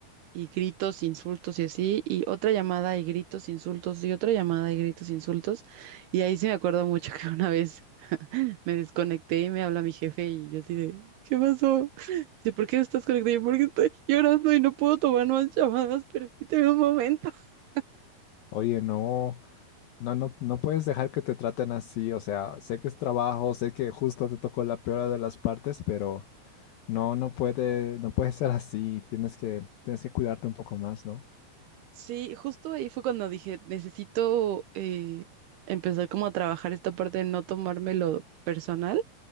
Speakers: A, on the right (about 75°); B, on the left (about 80°).
A: y gritos, insultos y así, y otra llamada y gritos, insultos y otra llamada y gritos, insultos. Y ahí sí me acuerdo mucho <laughs> que una vez me desconecté y me habla mi jefe y yo así de, ¿qué pasó? <laughs> Dice, ¿por qué estás conectado? Yo, Porque estoy llorando y no puedo tomar más llamadas, permíteme un momento. <laughs>
B: Oye, no. No, no, no puedes dejar que te traten así, o sea, sé que es trabajo, sé que justo te tocó la peor de las partes, pero No, no puede, no puede ser así. Tienes que, tienes que cuidarte un poco más, ¿no?
A: Sí, justo ahí fue cuando dije, necesito eh, empezar como a trabajar esta parte de no tomármelo personal